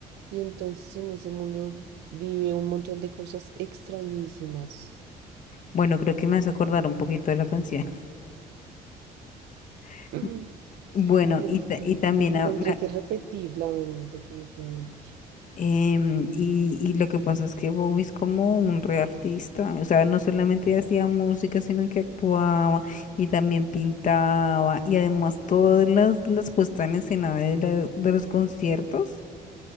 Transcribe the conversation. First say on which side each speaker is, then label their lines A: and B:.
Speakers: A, on the right; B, on the left.
A: Y entonces en ese mundo vive un montón de cosas extrañísimas.
B: bueno, creo que me hace acordar un poquito de la canción. <laughs>
A: Ujú.
B: Bueno,
A: Pero
B: y, ta-
A: sí,
B: y también
A: no,
B: ha-
A: tendré que repetir Laberinto definitivamente.
B: Em, y, y lo que pasa es que Bowie es como un re artista, o sea, no solamente hacía música, sino que actuaba y también pintaba y además todas las, las puestas en escena de, la- de los conciertos